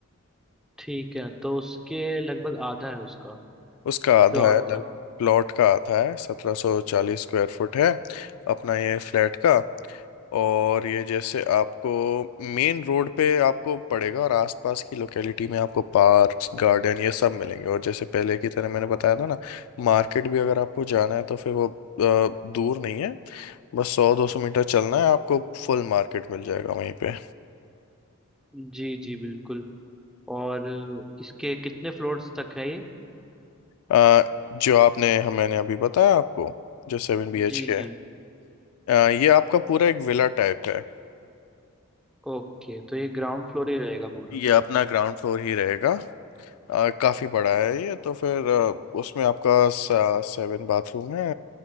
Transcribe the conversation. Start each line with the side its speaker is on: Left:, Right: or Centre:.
Centre: ठीक है तो उसके लगभग आधा है उसका
Left: उसका आधा
Centre: प्लॉट
Left: है लग
Centre: का
Left: प्लॉट का आधा है सत्रह सौ चालीस स्क्वायर फुट है अपना ये फ्लैट का और ये जैसे आपको मेन रोड पे आपको पड़ेगा और आसपास की लोकेलिटी में आपको पार्क्स गार्डन ये सब मिलेंगे और जैसे पहले की तरह मैंने बताया था ना मार्केट भी अगर आपको जाना है तो फिर वो अ, दूर नहीं है बस सौ दो सौ मीटर चलना है आपको फुल मार्केट मिल जाएगा वहीं पे
Centre: जी जी बिल्कुल और इसके कितने फ्लोर्स तक है ये
Left: अ, जो आपने हम मैंने अभी बताया आपको जो सेवन बी एच
Centre: जी
Left: के है
Centre: जी
Left: अ, ये आपका पूरा एक विला टाइप है
Centre: ओके तो ये ग्राउंड फ्लोर ही रहेगा पूरा
Left: ये अपना ग्राउंड फ्लोर ही रहेगा आ, काफी बड़ा है ये तो फिर आ, उसमें आपका सा, seven बाथरूम है